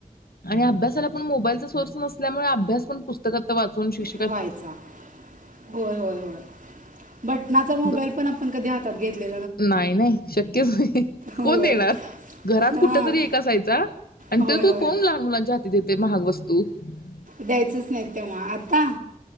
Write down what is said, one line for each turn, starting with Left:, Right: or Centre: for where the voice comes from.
Left: आणि अभ्यासाला पण मोबाईलचा सोर्स नसल्यामुळे अभ्यास पण पुस्तकात वाचून शिक
Right: व्हायचा होय होय होय बटनाचा मोबाईल
Left: ब
Right: पण आपण कधी हातात घेतले
Left: नाही नाही शक्यच नाही
Right: होय
Left: कोण देणार घरात
Right: हां
Left: कुठ तरी एक असयचा आणि
Right: होय
Left: त्यो तर
Right: होय
Left: कोण लहान मुलांच्या हाती देतेय महाग वस <unintelligible>
Right: द्यायचंच नाही तेव्हा आता